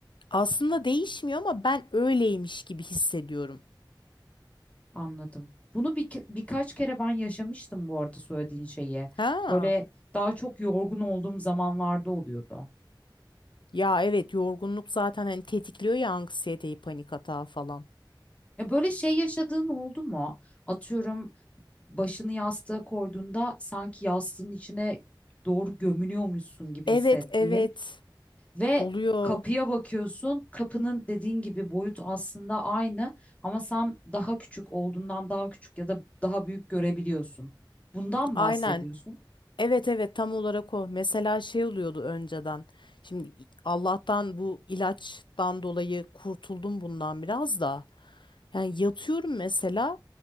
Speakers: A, on the left; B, on the left.
A: Aslında değişmiyor ama ben öyleymiş gibi hissediyorum.
B: Anladım. Bunu bir, birkaç kere ben yaşamıştım bu arada söylediğin şeyi.
A: Ha.
B: Böyle daha çok yorgun olduğum zamanlarda oluyordu.
A: Ya evet yorgunluk zaten hani tetikliyor ya anksiyeteyi, panik atağı falan.
B: E böyle şey yaşadığın oldu mu? Atıyorum başını yastığa koyduğunda sanki yastığın içine doğru gömülüyormuşsun gibi
A: Evet
B: hissettiğin
A: evet
B: ve
A: oluyor.
B: kapıya bakıyorsun. Kapının dediğin gibi boyut aslında aynı ama sen daha küçük olduğundan daha küçük ya da daha büyük görebiliyorsun. Bundan
A: Aynen.
B: bahsediyorsun?
A: Evet evet tam olarak o. Mesela şey oluyordu önceden. Şimdi Allah'tan bu ilaçtan dolayı kurtuldum bundan biraz da. Yani yatıyorum mesela